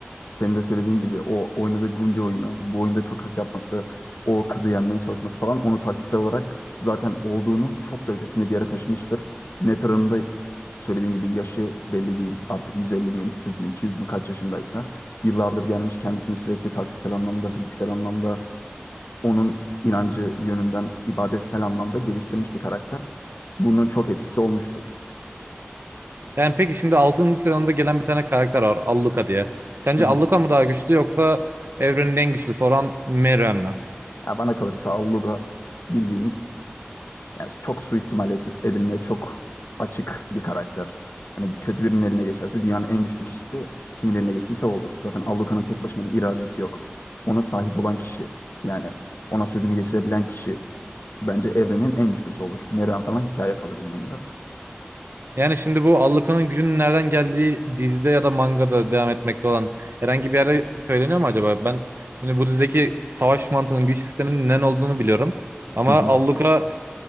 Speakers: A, on the left (about 70°); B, on the right (about 65°).
A: senin de söylediğin gibi o oynadığı Gungi oyunu, bu oyunda çok hırs yapması, o kızı yenmeye çalışması falan onu taktiksel olarak zaten olduğunun çok da ötesinde bir yere taşımıştır. Net oranında söylediğin gibi yaşı belli değil. Artık 150 mi, 300 mü, 200 mü kaç yaşındaysa yıllardır gelmiş kendisini sürekli taktiksel anlamda, fiziksel anlamda onun inancı yönünden ibadetsel anlamda geliştirmiş bir karakter. Bunun çok etkisi olmuştur.
B: Yani peki şimdi altıncı sezonda gelen bir tane karakter var. Alluka diye. Sence
A: Hı hı.
B: Alluka mı daha güçlü yoksa evrenin en güçlüsü olan Miriam mi?
A: Ya bana kalırsa Alluga bildiğimiz Yani çok suistimal et- edilmeye çok açık bir karakter. Hani kötü birinin eline geçerse dünyanın en güçlü kişisi kimin eline geçtiyse o olur. Zaten Alluka'nın tek başına bir iradesi yok. Ona sahip olan kişi yani ona sözünü geçirebilen kişi bence evrenin en güçlüsü olur. Meruem falan hikaye kalır yanında.
B: Yani şimdi bu Alluka'nın gücünün nereden geldiği dizide ya da mangada devam etmekte olan herhangi bir yerde söyleniyor mu acaba? Ben şimdi bu dizideki savaş mantığının güç sisteminin ne olduğunu biliyorum. Ama
A: Hı hı.
B: Alluka